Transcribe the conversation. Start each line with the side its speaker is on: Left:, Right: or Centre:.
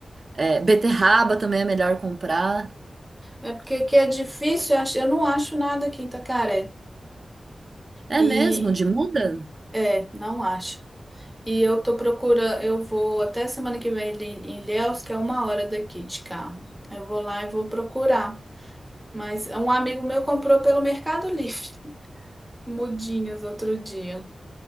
Right: é, beterraba também é melhor comprar.
Centre: É porque aqui é difícil, eu acho- eu não acho nada aqui em Itacaré.
Right: É
Centre: E
Right: mesmo, de muda?
Centre: É, não acho. E eu tô procurando, eu vou até semana que vem ali em Ilhéus, que é uma hora daqui de carro. Eu vou lá e vou procurar. Mas um amigo meu comprou pelo Mercado Livre, <laughs> mudinhas outro dia.